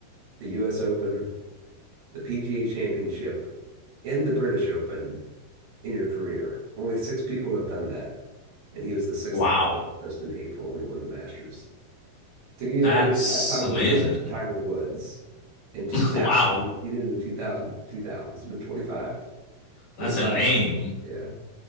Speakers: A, on the right; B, on the left.
A: the U.S. Open, the PGA Championship and the British Open in your career. Only six people have done that. And he was the sixth
B: Wow.
A: one just in April when he won the Masters. To give you
B: That's
A: an idea, the last time
B: amazing.
A: it was done was Tiger Woods in 2000.
B: <laughs> Wow.
A: He, he did it in two thousand, two thousand. It's been twenty-five,
B: That's
A: 25
B: a name.
A: years. Yeah.